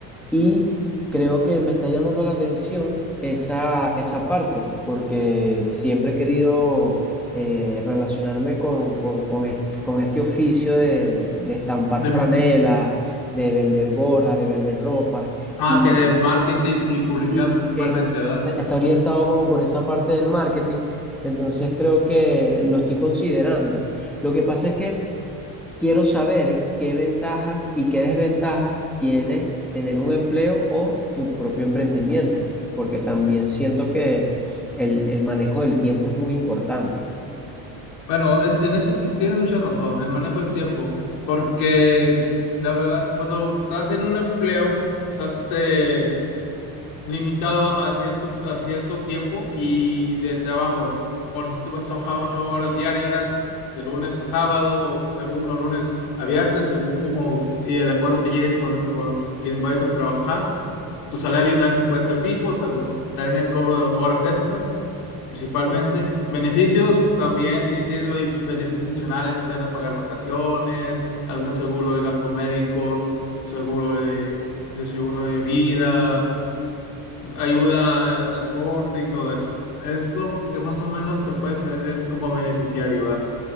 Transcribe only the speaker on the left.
De,
ah,
que de marketing y publicidad
principalmente,
¿verdad?
Bueno, es- en eso ti- tienes mucha razón, el manejo del tiempo, porque la verdad, cuando estás en un empleo, estás este, limitado a cierto, a cierto tiempo y de trabajo. Por si te vas a trabajar ocho horas diarias, de lunes a sábado, o según, o lunes a viernes, según como y el acuerdo que llegues con, con quien vayas a trabajar. Tu salario también puede ser fijo, salvo también el cobro de horas extras, principalmente. Beneficios también, si tienes be- beneficios adicionales, si te van a pagar vacaciones, algún seguro de gastos médicos, un seguro de, de seguro de vida, pues, ayuda transporte y todo eso. Es lo que más o menos te puedes tener como beneficiario, ¿verdad?